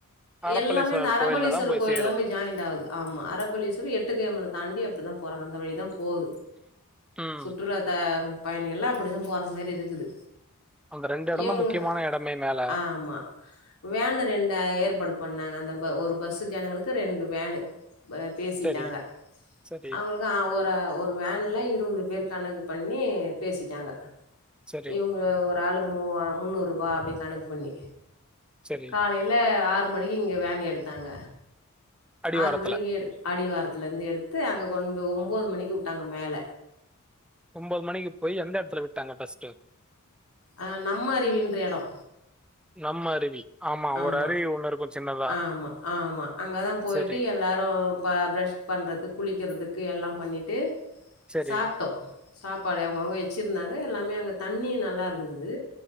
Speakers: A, in the centre; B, on the left.
A: அறப்பளீஸ்வரர்
B: எல்லாமே அந்த அரபலீஸ்வரர்
A: கோயில்ல தான்
B: கோயில
A: சேரும்.
B: தா போய் ஜாயி து ஆமா அரபலீஸ்வர எட்டுக்கு அம்மன தாண்டி அப்டிதா போறாங்க அந்த வழி தா போகுது
A: ம்.
B: சுட்டுலாதா பயணிகள் எல்லா அப்டிதா போகிற மாதிரி இருக்குது
A: அந்த இடம்
B: இவுங்க
A: தான் முக்கியமான இடமே மேல.
B: ஆமா வேனரெண்ட ஏற்பாடு பண்ணாங்க அந்த ஒரு பஸ்ஸு ஜனங்களுக்கு ரெண்டு வேனு பேசிட்டாங்க
A: சரி, சரி,
B: அவுங்களுக்கு ஆ ஒரு வேன்ல இருபது பேர் கணக்கு பண்ணி பேசிட்டாங்க
A: சரி,
B: இவுங்க ஒரு ஆளுக்கு மூவ முந்நூறுரூபா அப்டி கணக்கு பண்ணி
A: சரி.
B: காலேல ஆறு ஒரு மணிக்கு இங்க வேன் எடுத்தாங்க
A: அடிவாரத்துல.
B: ஆறு மணிக்கு எடு அடிவாரத்ல இருந்து எடுத்து அங்க ஒன் ஒன்பது மணிக்கு விட்டாங்க மேல
A: ஒன்பது மணிக்கு போய் எந்த இடத்துல விட்டாங்க டஸ்ட்டு
B: அஹ் நம்ம அறிவின்ற இடம
A: நம்ம அருவி
B: ஆமா
A: ஒரு அருவி ஒண்ணு இருக்கும் சின்னதா.
B: ஆமா ஆமா அங்கதான் போயிட்டு
A: சரி,
B: எல்லாரும் ப பரஷ் பண்றது குளிக்கிறதுக்கு க்கு எல்லாம் பண்ணிட்டு
A: சரி,
B: சாப்பிட்டோ சாப்பாடு அவங்கங்க வச்சு வச்ச இருந்தாங்க எல்லாமே அங்க தண்ணி நல்லா இருந்தது